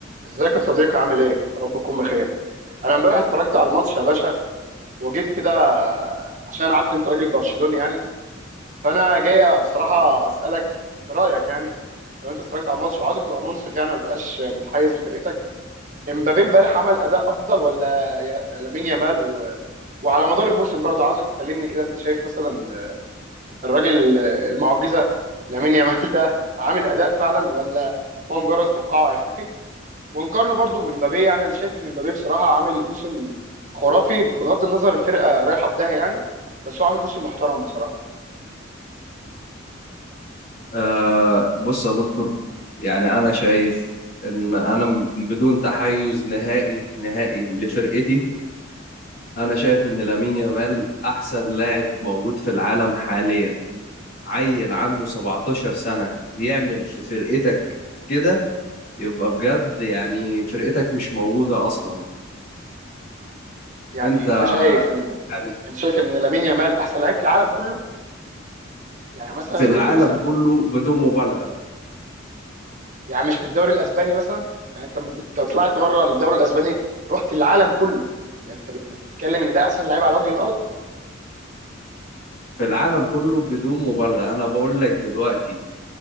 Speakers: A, on the right; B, on the left.
A: ازيك يا صديقي عامل ايه؟ يا رب تكون بخير. انا امبارح اتفرجت على الماتش يا باشا وجيت كده آه، عشان انا عارف ان انت راجل برشلوني يعني فانا جاي بصراحه اسالك رايك يعني لو انت اتفرجت على الماتش وعاوزك تبقى منصف يعني ما تبقاش متحيز لفرقتك امبابي امبارح عمل اداء افضل ولا يا- لامين يامال و... وعلى مدار الموسم برضه عاوزك تكلمني كده انت شايف مثلا الراجل المعجزه لامين يامال ده عامل اداء فعلا ولا هو مجرد فقاعه هيختفي؟ ونقارنه برضو بمبابي يعني انا شايف ان مبابي بصراحه عامل موسم خرافي بغض النظر الفرقه رايحه في داهيه يعني بس هو عامل موسم محترم بصراحه
B: آه بص يا دكتور يعني أنا شايف إن أنا م- بدون تحيز نهائي نهائي لفرقتي أنا شايف
A: مم.
B: إن لامين يامال أحسن لاعب موجود في العالم حاليا عيل عنده 17 سنة يعمل في فرقتك كده يبقى بجد يعني فرقتك مش موجودة أصلا
A: يعني
B: أنت
A: انت شايف ان
B: يعني
A: انت شايف ان لامين يامال احسن لعيب في العالم كله يعني مثلا
B: في العالم
A: قول لي مثلا
B: كله
A: في...
B: بدون مبالغة
A: يعني مش في الدوري الاسباني مثلا يعني انت ممكن انت طلعت بره الدوري الاسباني رحت العالم كله يعني انت بت- بتتكلم ان ده احسن لعيب على وجه الارض
B: في العالم كله بدون مبالغة أنا بقول لك دلوقتي